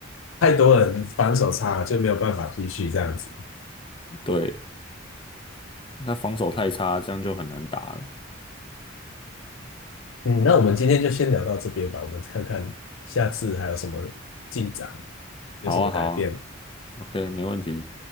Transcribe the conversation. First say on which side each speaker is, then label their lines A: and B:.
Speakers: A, on the left; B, on the left.
A: 太多人防守差了，就没有办法继续这样子。
B: 对，那防守太差，这样就很难打了。
A: 嗯，那我们今天就先聊到这边吧，我们看看下次还有什么进展，有什么改变。
B: 好啊，好啊，OK，没问题。